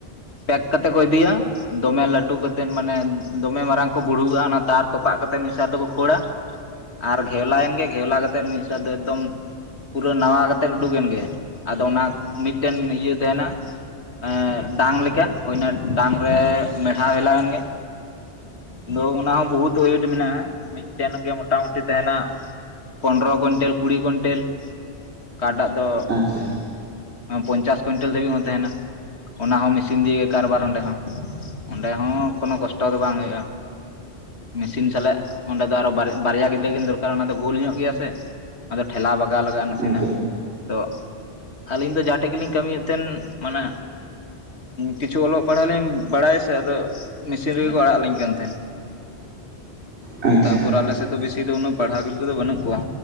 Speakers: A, on the left; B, on the right.
A: ᱯᱮᱠ ᱠᱟᱛᱮ ᱠᱚ ᱤᱫᱤᱭᱟ ᱾ ᱫᱚᱢᱮ ᱞᱟᱹᱴᱩ ᱠᱟᱛᱮᱫ ᱢᱟᱱᱮ ᱫᱚᱢᱮ ᱢᱟᱨᱟᱝ ᱠᱚ ᱵᱩᱲᱦᱩᱣᱟᱜ-ᱟ ᱚᱱᱟ ᱛᱟᱨ ᱛᱚᱯᱟᱜ ᱠᱟᱛᱮᱫ ᱢᱤᱫ ᱥᱟᱨ ᱨᱮᱫᱚ ᱠᱩ ᱠᱷᱳᱲᱟ ᱟᱨ ᱜᱷᱮᱣᱞᱟᱮᱱ ᱜᱮ ᱜᱷᱮᱣᱞᱟ ᱠᱟᱛᱮᱫ ᱢᱤᱫ ᱥᱮᱫ ᱫᱚ ᱮᱠᱫᱚᱢ ᱯᱩᱨᱟᱹ ᱱᱟᱣᱟ ᱠᱟᱛᱮᱫ ᱩᱰᱩᱠ ᱮᱱ ᱜᱮ ᱟᱫᱚ ᱚᱱᱟ ᱢᱤᱫᱴᱮᱱ ᱤᱭᱟᱹ ᱛᱟᱦᱮᱱᱟ ᱾ ᱮᱸ ᱰᱟᱝ ᱞᱮᱠᱟ ᱦᱩᱭᱱᱟ ᱰᱟᱝ ᱨᱮ ᱢᱮᱲᱦᱟᱣ ᱦᱮᱞᱟᱣ ᱮᱱᱜᱮ ᱾ ᱫᱳ ᱚᱱᱟ ᱦᱚᱸ ᱵᱚᱦᱩᱛ ᱳᱭᱮᱴ ᱢᱮᱱᱟᱜ-ᱟ ᱾ ᱢᱤᱫᱴᱮᱱ ᱜᱮ ᱢᱚᱴᱟᱢᱩᱴᱤ ᱛᱟᱦᱮᱱᱟ ᱯᱚᱱᱨᱚ ᱠᱩᱱᱴᱮᱞ ᱠᱩᱲᱤ ᱠᱩᱱᱴᱮᱞ ᱾ ᱠᱟ ᱴᱟᱜ ᱫᱚ
B: ᱟᱪᱪᱷᱟ
A: ᱯᱚᱧᱪᱟᱥ ᱠᱩᱱᱴᱮᱞ ᱫᱷᱟᱹᱵᱤᱡ ᱦᱚᱸ ᱛᱟᱦᱮᱱᱟ ᱾ ᱚᱱᱟ ᱦᱚᱸ ᱢᱮᱥᱤᱱ ᱫᱤᱭᱮᱜᱮ ᱠᱟᱨᱵᱟᱨ ᱚᱸᱰᱮ ᱦᱚᱸ ᱚᱸᱰᱮ ᱦᱚᱸ ᱠᱳᱱᱳ ᱠᱚᱥᱴᱚ ᱫᱚ ᱵᱟᱝ ᱦᱳᱭᱳᱜ-ᱟ ᱾ ᱢᱮᱥᱤᱱ ᱥᱟᱞᱟᱜ ᱚᱸᱰᱮ ᱫᱚ ᱟᱨᱚ ᱵᱟᱨ ᱵᱟᱨᱭᱟ ᱜᱤᱫᱽᱨᱟᱹ ᱠᱤᱱ ᱫᱚᱨᱠᱟᱨ ᱚᱱᱟ ᱫᱚ ᱜᱳᱞ ᱧᱚᱜ ᱜᱮᱭᱟ ᱥᱮ ᱟᱫᱚ ᱴᱷᱮᱞᱟᱣ ᱵᱟᱜᱟᱣ ᱞᱟᱜᱟᱜ-ᱟ ᱱᱟᱸᱥᱮᱱᱟᱜ
B: ᱟᱪᱪᱷᱟ
A: ᱾ ᱛᱚᱜ ᱟᱹᱞᱤᱧ ᱫᱚ ᱡᱟᱦᱟᱸ ᱴᱷᱮᱡ ᱜᱮᱞᱤᱧ ᱠᱟᱹᱢᱤᱭᱮᱫ ᱛᱟᱦᱮᱱ ᱢᱟᱱᱮ, ᱠᱤᱪᱷᱩ ᱚᱞᱚᱜ ᱯᱟᱲᱦᱟᱜ ᱞᱤᱧ ᱵᱟᱲᱟᱭᱟ ᱥᱮ ᱟᱫᱚ ᱢᱤᱥᱤᱱ ᱨᱮᱜᱮ ᱠᱚ ᱟᱲᱟᱜ ᱟᱞᱤᱧ ᱠᱟᱱ ᱛᱟᱦᱮᱸᱫ᱾
B: ᱟᱪᱪᱷᱟ
A: ᱛᱟᱯᱚᱨ ᱟᱞᱮ ᱥᱮᱫ ᱫᱚ ᱵᱮᱥᱤ ᱫᱚ ᱩᱱᱟᱹᱜ ᱯᱟᱲᱦᱟᱣ ᱜᱤᱫᱽᱨᱟᱹ ᱫᱚ ᱵᱟᱹᱱᱩᱜ ᱠᱚᱣᱟ